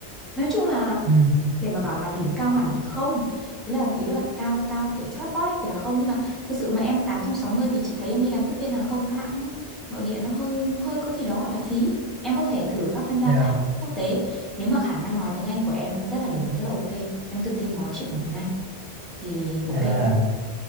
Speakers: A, in the centre; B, on the right (about 75°).
A: Nói chung là
B: Ừ.
A: để mà bảo là điểm cao hẳn thì không. Ý là ý là cao cao kiểu chót vót ấy thì là không nhưng mà thực sự mà em 860 thì chị thấy em đi làm tiếp viên hàng không các hãng nội địa nó hơi nó hơi có gì đó gọi là phí. Em có thể thử các tham gia
B: Dạ.
A: các hãng quốc tế nếu mà khả năng nói tiếng Anh của em rất là đỉnh, rất là ok. Em tự tin nói chuyện bằng tiếng Anh thì ok.
B: Dạ.